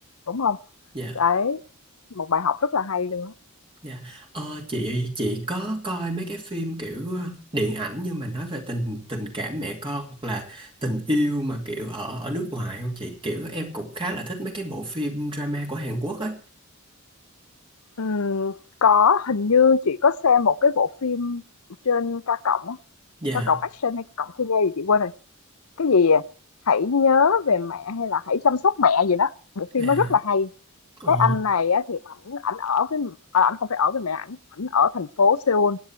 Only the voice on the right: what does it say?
dạ
dạ ờ, chị chị có coi mấy cái phim kiểu ờ, điện ảnh nhưng mà nói về tình tình cảm mẹ con hoặc là tình yêu mà kiểu ở ở nước ngoài không chị kiểu em cũng khá là thích mấy cái bộ phim drama của Hàn Quốc ấy
dạ
à
ồ